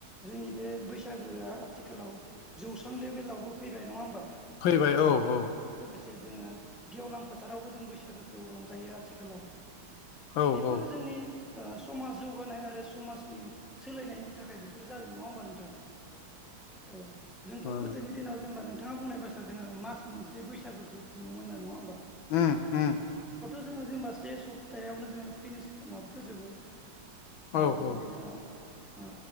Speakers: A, in the centre; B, on the left.
A: जोंनि बे बैसागोआ थिखालाव जौसां लेबेलावबो फैबाय नङा होमबा
B: फैबाय औ औ।
A: जे जोङो गेवलां फोथारावबो जों बैसागोखौ रंजायो आथिखालाव।
B: औ
A: बेफोरो
B: औ
A: जोंनि ओ समाज जौगानाय आरो समाजनि सोलायनायनि थाखाय बेफोर जादों नङा होमबा नोंथां? औ जोंथ'
B: मोजां।
A: गोदोनि दिनाव जेनेबा नोंथां नोंथाङा बुंनाय बास्रा जोङो मास मोनसे बैसागोखौ खुङोमोन नङा होनोमबा?
B: उम उम
A: जोङो जेनेबा से सप्तायावनो जोङो फिनिस माबा फोजोबो। आरो
B: औ
A: बिदिनो
B: औ
A: जोंहा ओ